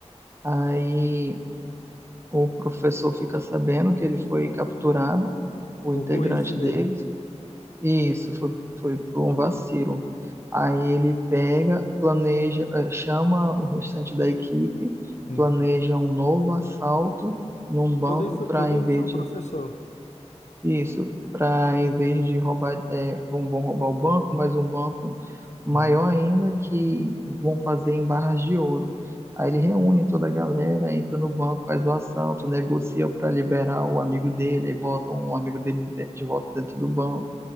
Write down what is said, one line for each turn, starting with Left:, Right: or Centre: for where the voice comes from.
Right: Aí o professor fica sabendo que ele foi capturado, o
Left: Por
Right: integrante
Left: burrice dele,
Right: dele, e isso foi, foi por um vacilo. Aí ele pega, planeja, eh, chama o restante da equipe,
Left: sim.
Right: planeja um novo assalto num banco
Left: Tudo isso,
Right: para,
Left: tudo
Right: em
Left: isso
Right: vez
Left: é o
Right: de
Left: professor.
Right: Isso, para em vez de roubar, é, vão, vão roubar o banco, mas um banco maior
Left: Uhum,
Right: ainda que vão fazer em barras de ouro. Aí ele reúne toda a galera, entra no banco, faz o assalto, negocia para liberar o amigo
Left: uhum,
Right: dele, aí botam o amigo dele de de volta dentro do banco.